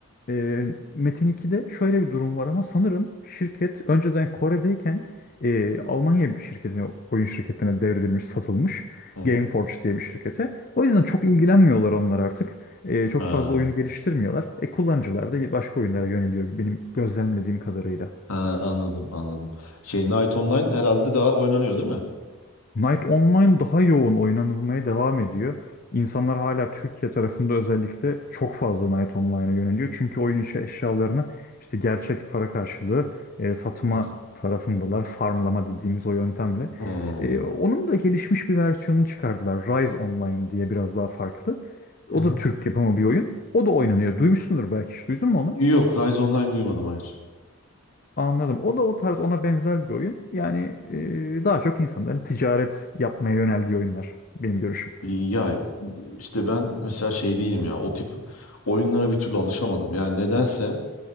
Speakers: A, on the left; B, on the left.
A: Ee, Metin 2'de şöyle bir durum var ama sanırım şirket önceden Kore'deyken e, Almanya bir şirketine, oyun şirketine devredilmiş, satılmış.
B: Hı hı.
A: Gameforge diye bir şirkete. O yüzden çok ilgilenmiyorlar onlar artık. Ee, çok
B: Ha,
A: fazla oyunu geliştirmiyorlar. E, kullanıcılar da başka oyunlara yöneliyor benim gözlemlediğim kadarıyla.
B: ha, anladım anladım. Şey Night Online herhalde daha oynanıyor değil mi?
A: Night Online daha yoğun oynanılmaya devam ediyor. İnsanlar hala Türkiye tarafında özellikle çok fazla Night Online'a yöneliyor. Çünkü oyun içi eşyalarını işte gerçek para karşılığı e, satma
B: Zaten.
A: tarafındalar. Farmlama dediğimiz o yöntemle.
B: Hmm.
A: E, onun da gelişmiş bir versiyonunu çıkardılar. Rise Online diye biraz daha farklı. O
B: Hı hı.
A: da Türk yapımı bir oyun. O da oynanıyor. Duymuşsundur belki hiç duydun mu onu?
B: Yok Rise Online duymadım hayır.
A: Anladım. O da o tarz ona benzer bir oyun. Yani e, daha çok insanların ticaret yapmaya yöneldiği oyunlar benim görüşüm.
B: Ya işte ben mesela şey değilim ya o tip oyunlara bir türlü alışamadım. Yani nedense